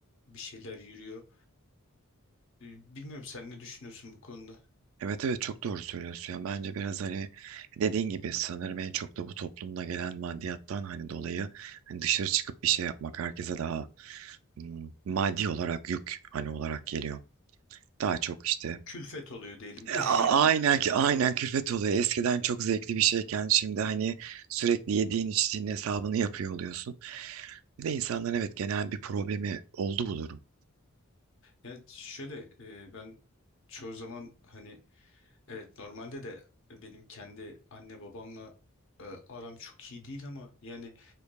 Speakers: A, on the left (about 65°); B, on the right (about 70°).
A: bir şeyler yürüyor. E, bilmiyorum sen ne düşünüyorsun bu konuda?
B: Evet evet çok doğru söylüyorsun ya bence biraz hani dediğin gibi sanırım en çok da bu toplumda gelen maddiyattan hani dolayı hani dışarı çıkıp bir şey yapmak herkese daha hmm, maddi olarak yük hani olarak geliyor. Daha çok işte
A: Külfet oluyor diyelim.
B: e, a-
A: <laughs>
B: aynen ki aynen külfet oluyor. Eskiden çok zevkli bir şeyken şimdi hani sürekli yediğin içtiğin hesabını yapıyor oluyorsun. Bir de insanların evet genel bir problemi oldu bu durum.
A: Ya şöyle e, ben çoğu zaman hani Evet normalde de e, benim kendi anne babamla e, aram çok iyi değil ama yani